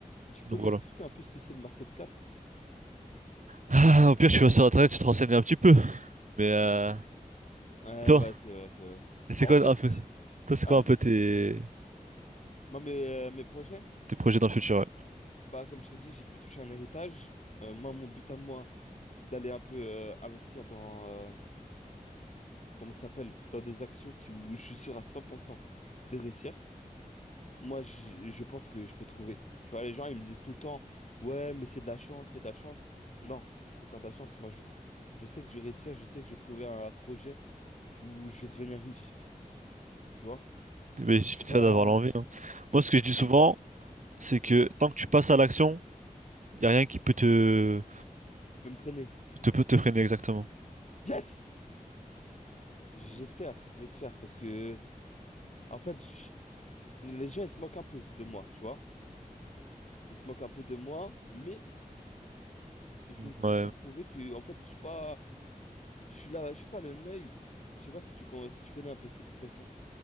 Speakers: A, on the left; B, on the right.
A: tu peux
B: donc
A: m'expliquer
B: voilà.
A: un peu ce que c'est le market cap?
B: Ah, au pire, tu vas sur internet, tu te renseignes un petit peu. Mais euh,
A: Ouais,
B: toi,
A: ouais, c'est vrai, c'est vrai.
B: c'est
A: Bah
B: quoi
A: en fait,
B: un peu, toi, c'est
A: hein?
B: quoi un peu tes,
A: Moi, mes, euh, mes projets,
B: tes projets dans le futur? ouais
A: bah comme je t'ai dit, j'ai pu toucher un héritage. Euh, moi, mon but à moi, c'est d'aller un peu euh, investir dans, euh, comment ça s'appelle? Dans des actions qui, où je suis sûr à 100% de réussir. Moi, je, je pense que je peux trouver. Tu vois, les gens, ils me disent tout le temps, ouais, mais c'est de la chance, c'est de la chance. Non, c'est pas de la chance. Moi, je, je sais que je vais réussir, je sais que je vais trouver un projet où je vais devenir riche. Tu vois?
B: Mais il suffit
A: Je sais
B: de
A: pas,
B: faire d'avoir l'envie. hein. Moi, ce que je dis souvent,
A: hein?
B: c'est que
A: Hmm
B: tant que tu passes à l'action, il y a rien qui peut te,
A: Qui peut me freiner.
B: te, peut te freiner exactement.
A: Yes! J'espère, j'espère, parce que, en fait, je- les gens, ils se moquent un peu de moi, tu vois? Ils se moquent un peu de moi, mais je vais tous
B: Ouais,
A: leur prouver que, en fait, je suis pas, je suis là, je suis pas le neuil. Je sais pas si tu, con- si tu connais un peu cette expression.